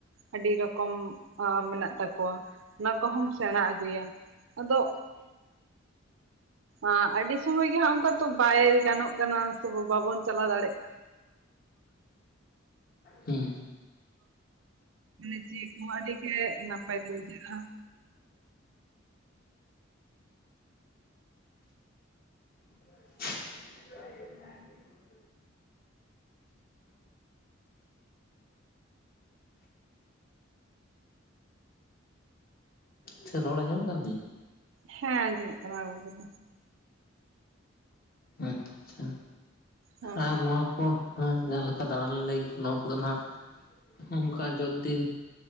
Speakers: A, on the right; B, on the left.
A: ᱟᱹᱰᱤ ᱨᱚᱠᱚᱢ ᱟ ᱢᱮᱱᱟᱜ ᱛᱟᱠᱚᱣᱟ ᱚᱱᱟ ᱠᱚᱦᱚᱢ ᱥᱮᱬᱟ ᱟᱹᱜᱩᱭᱟ᱾ ᱟᱫᱚ ᱟᱸ ᱟᱹᱰᱤ ᱥᱳᱚᱢᱚᱭ ᱜᱮ ᱦᱟᱸᱜ ᱚᱱᱠᱟ ᱛᱚ ᱵᱟᱭ ᱜᱟᱱᱚᱜ ᱠᱟᱱᱟ ᱥᱮ ᱵᱟᱵᱚᱱ ᱪᱟᱞᱟᱣ ᱫᱟᱲᱮᱭᱟᱜ
B: ᱦᱩᱸ᱾
A: ᱢᱟᱱᱮ ᱪᱤ ᱠᱚᱦᱚᱸ ᱟᱹᱰᱤ ᱜᱮ ᱱᱟᱯᱟᱭ ᱛᱮ ᱵᱩᱡᱷᱟᱹᱜᱼᱟ᱾
B: <inaudible> ᱟᱪᱪᱷᱟ ᱨᱚᱲ ᱟᱸᱡᱚ ᱢᱚᱜ ᱠᱟᱱ ᱛᱤᱧᱟ᱾
A: ᱦᱮᱸ ᱟᱡᱚ ᱢᱚᱜ ᱠᱟᱱᱟ ᱨᱚᱲ ᱠᱚᱫᱚ᱾
B: ᱟᱪᱪᱷᱟ ᱟᱪᱪᱷᱟ
A: ᱦᱮᱸ
B: ᱟᱨ ᱱᱚᱣᱟ ᱠᱚ ᱦᱟᱸᱱ ᱡᱟᱦᱟᱸ ᱞᱮᱠᱟ ᱫᱟᱬᱟᱱ ᱞᱟᱹᱭ ᱱᱚᱣᱟ ᱠᱚᱫᱚ ᱱᱟᱦᱟᱜ ᱚᱱᱠᱟ ᱡᱚᱛ ᱫᱤᱱ